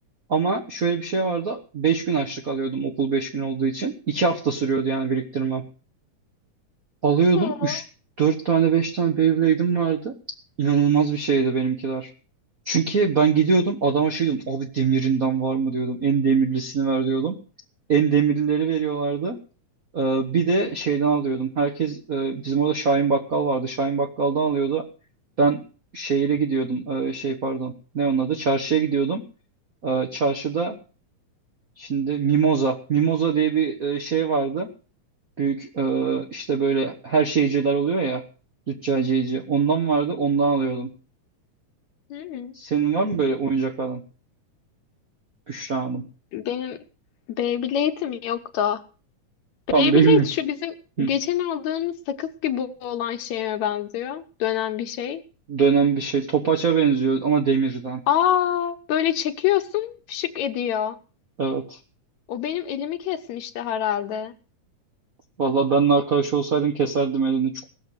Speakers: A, on the right; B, on the left.
A: Ama şöyle bir şey vardı. 5 gün açlık alıyordum okul 5 gün olduğu için. 2 hafta sürüyordu yani biriktirmem. Alıyordum.
B: Aa.
A: üç 4 tane 5 tane Beyblade'im vardı. İnanılmaz bir şeydi benimkiler. Çünkü ben gidiyordum adama şey diyordum. Abi demirinden var mı diyordum. En demirlisini ver diyordum. En demirlileri veriyorlardı. Ee, bir de şeyden alıyordum. Herkes e, bizim orada Şahin Bakkal vardı. Şahin Bakkal'dan alıyordu. Ben şehire gidiyordum. Ee, şey pardon. Ne onun adı? Çarşıya gidiyordum. Ee, çarşıda şimdi Mimoza. Mimoza diye bir e, şey vardı büyük e, işte böyle her şeyciler oluyor ya züccaciyeci. Ondan vardı ondan alıyordum.
B: Hı-hı.
A: Senin var mı böyle oyuncak alan? Büşra Hanım.
B: Benim Beyblade'im yoktu.
A: Tam
B: Beyblade
A: Beyblade.
B: şu bizim
A: Hı.
B: geçen aldığımız sakız gibi olan şeye benziyor. Dönen bir şey.
A: Dönen bir şey. Topaça benziyor ama demirden.
B: Aa, böyle çekiyorsun, fışık ediyor.
A: Evet.
B: O benim elimi kesmişti herhalde.
A: Valla ben arkadaş
B: Y-
A: olsaydım keserdim elini. Çok